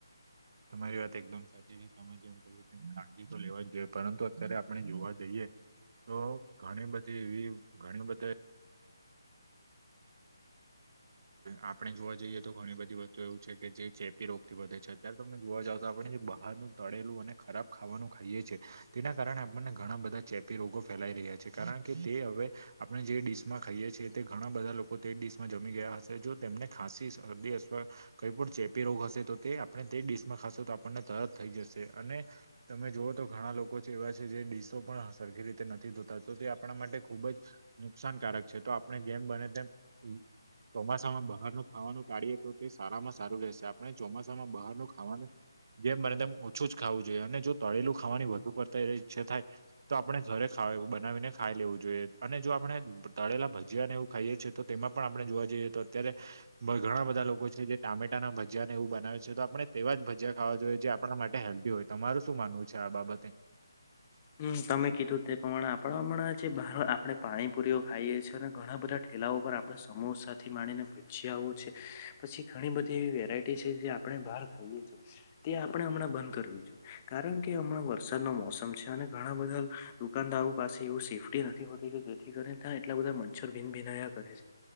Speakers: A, on the right (about 50°); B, on the left (about 25°).
A: તમારી વાત એકદમ સાચી મે જેમ ક તેમ ખાળજી તો લેવા જ જોઈએ પરંતુ અત્યારે આપણે જોવા જઈએ તો ઘણી બધી એવી ઘણી બધી આપણે જોવા જઈએ તો ઘણી બધી વસ્તુ એવું છે કે જે ચેપી રોગથી વધે છે અત્યારે તમે જોવા જાવ તો આપણે જે બ તળેલું અને ખરાબ ખાવાનું ખાઈએ છી તેના કારણે આપણને ઘણા બધા ચેપી રોગો ફેલાઈ રહ્યા છે કારણ કે તે હવે આપણે જે ડીશ માં ખાઈએ છીએ તે ઘણા બધા લોકો તે જ ડીશ માં જમી ગયા હતા જો તેમને ખાંસી કઈ પણ ચેપી રોગ હશે તો તે આપણે તે ડડીશમાં ખાશ તો આપણને તરત થઈ જશે અને તમે જોુઓ તો ઘણા લોકો છે એવા છે જે ડીશો પણ સરખી રીતે નથી ધોતા તો તે આપણા માટે ખૂબ જ નુકસાનકારક છે તો આપણે જેમ બને તેમ ચોમાસામાં બહારનું ખાવાનું ટાળીયએ તો તે સારામાં સારું રહેેશે આપણે ચોમાસામાં બહારનું ખાવાનું જેમ મને તેમમ ઓછું જ ખાવું જોઈએ અને જો તળેલું ખાવાની વધુ પડતા ઈચ્છા થાય તો આપણે ઘરે ખ બનાવીને ખાઈ લેવું જોઈએ અને જો આપણે તળેલા ભજીયા ને એવું ખાઈએ છીએ તો તેમાં પણ આપણે જોવા જઈએ તો અત્યારે ઘણા બધા લોકો છે જે ટામેટા ના ભજીયા ને એવું બનાવે છે તો આપણે તેવા જ ભજીયા ખાવા જોઈએ જે માટે હેલ્પી હોય તમારું શું માનવું છે આ બાબતે
B: હમ તમે કીધું તે પ્રમાણે આપડણા હમણાં જે બહાર આપડણે પાણીપુરીઓ ખાઈએ છ છે ને ઘણા બધા ઠેલાઓ પર આપણે સમોસાથી માણીને ભજીયા છે પછી ઘણી બધી એવી વેરાયટી આપ બાર તે આપણેમણાં બંધ કર જોઈએ કારણ કે હણા સર નમ <inaudible> <unintelligible> અને ઘણા બધા દુકાનદારો પાસે એવું સેફી નથી હોતી કે જેથી કરીને ત્યાં એટલા બધા મચ્છર ભિનભિનયા કરે છે